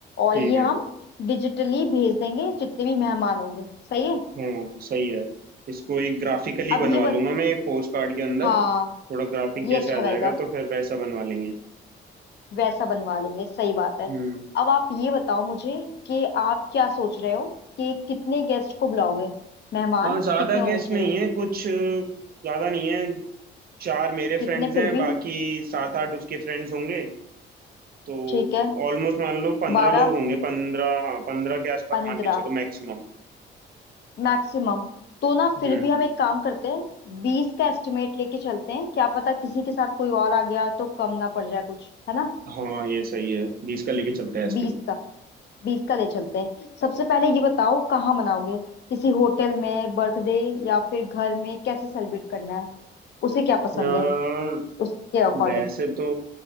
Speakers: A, on the left; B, on the right.
A: और
B: ठीक
A: ये
B: है
A: हम डिजिटली भेज देंगे जितने भी मेहमान होंगे सही है
B: हाँ सही है इसको एक ग्राफिकली
A: अब
B: बनवा
A: ये बत
B: लूंगा मैं एक पोस्ट कार्ड के अंदर
A: हाँ
B: थोड़ा ग्राफिक
A: ये
B: जैसे
A: अच्छा
B: आ जाएगा
A: रहेगा
B: तो फिर वैसा बनवा लेंगे
A: वैसा बनवा लेंगे सही बात है
B: हम्म
A: अब आप ये बताओ मुझे कि आप क्या सोच रहे हो कि कितने गेस्ट को बुलाओगे मेहमान
B: और ज्यादा
A: कितने
B: गेस्ट
A: होने चाहिए
B: नहीं है कुछ अ, ज्यादा नहीं है चार मेरे
A: कितने
B: फ्रेंड्स हैं
A: फिर भी
B: बाकी सात आठ उसके फ्रेंड्स होंगे तो
A: ठीक है
B: ऑलमोस्ट मान लो पंद्रह
A: बारह
B: लोग होंगे पंद्रह हाँ पंद्रह के आसपास
A: पंद्रह
B: मान के चलो मैक्सिमम
A: मैक्सिमम तो ना फिर
B: हम्म
A: भी हम एक काम करते हैं बीस का एस्टिमेट लेके चलते हैं क्या पता किसी के साथ कोई और आ गया तो कम ना पड़ जाए कुछ है ना
B: हाँ ये सही है बीस का लेके चलते हैं
A: बीस का बीस का ले चलते हैं सबसे पहले ये बताओ कहाँ मनाओगे किसी होटल में बर्थडे या फिर घर में कैसे सेलिब्रेट करना है उसे क्या पसंद
B: एस्टिमेट
A: है उसके अकॉर्डिंग
B: वैसे तो